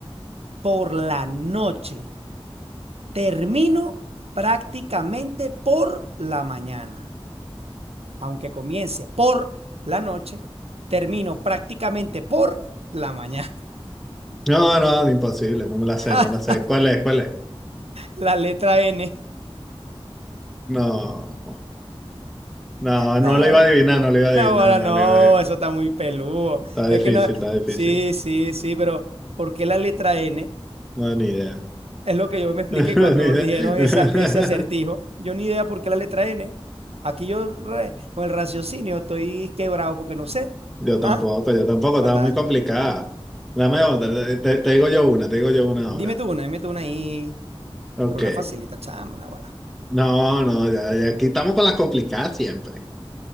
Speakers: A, on the right (about 85°); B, in the centre.
A: por la noche termino prácticamente por la mañana. Aunque comience por la noche, termino prácticamente por la mañana.
B: No, no, imposible, no me la sé,
A: <laughs>
B: no la sé. ¿Cuál es? ¿Cuál es?
A: La letra N.
B: No, no,
A: Naguará,
B: no la iba a adivinar, no la iba a
A: naguará,
B: adivinar, no
A: no,
B: la iba a adivinar.
A: eso está muy peludo.
B: Está
A: Es
B: difícil,
A: que no.
B: está difícil.
A: Sí, sí, sí, pero ¿por qué la letra N?
B: No, ni idea.
A: Es lo que yo me expliqué
B: <laughs>
A: cuando
B: Ni idea.
A: dijeron esa,
B: <laughs>
A: ese acertijo. Yo ni idea por qué la letra N. Aquí yo re- con el raciocinio estoy quebrado porque no sé.
B: Yo tampoco,
A: ¿Ah?
B: yo tampoco,
A: Guarda,
B: estaba muy complicada. Dame otra, te, te digo yo una, te digo yo una ahora.
A: Dime tú una, dime tú una ahí,
B: Ok.
A: pero una facilita, chamo, una guara.
B: No, no, ya, ya aquí estamos con las complicadas siempre.